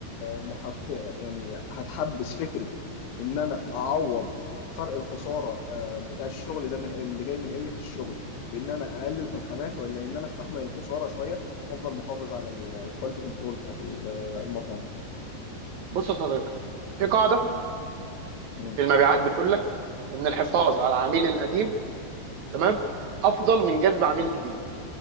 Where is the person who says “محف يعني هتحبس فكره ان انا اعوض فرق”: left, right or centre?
Left